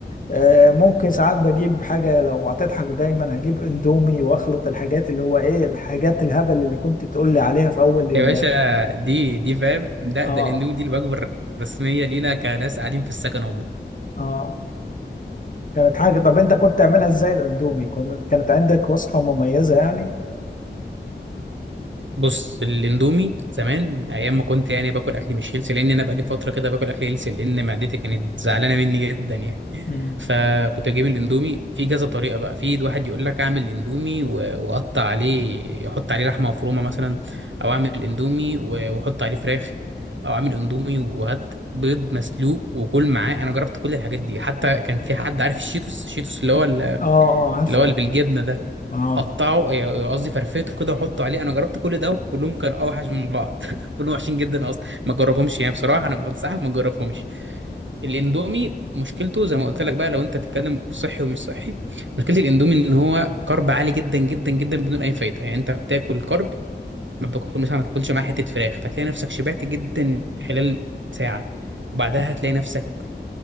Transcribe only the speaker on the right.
يا باشا دي دي فاهم ده
ده الاندومي دي الوجبة الرسمية لينا كناس قاعدين في السكن والله
بص الاندومي زمان ايام ما كنت يعني باكل اكل مش هيلسي لان انا بقالي فتره كده باكل اكل هيلسي لان معدتي كانت زعلانه مني جدا يعني
فكنت اجيب الاندومي في كذا طريقه بقى في واحد يقول لك اعمل اندومي و- واقطع عليه احط عليه لحمه مفرومه مثلا او اعمل اندومي و- واحط عليه فراخ او اعمل اندومي وهات بيض مسلوق وكل معاه انا جربت كل الحاجات دي حتى كان في حد عارف الشيتوس الشيتوس اللي هو ال-
اللي هو اللي بالجبنه ده
قطعه يعني قصدي فرفيته كده وحطه عليه انا جربت كل ده وكلهم كانوا اوحش من بعض <laughs> كلهم وحشين جدا اصلا ما تجربهمش يعني بصراحه انا بنصحك ما تجربهمش الاندومي مشكلته زي ما قلت لك بقى لو انت تتكلم صحي ومش صحي مشكله الاندومي ان هو كارب عالي جدا جدا جدا بدون اي فايده يعني انت بتاكل كارب ما بتاكل مثلا ما تاكلش معاه حته فراخ فتلاقي نفسك شبعت جدا خلال ساعه وبعدها هتلاقي نفسك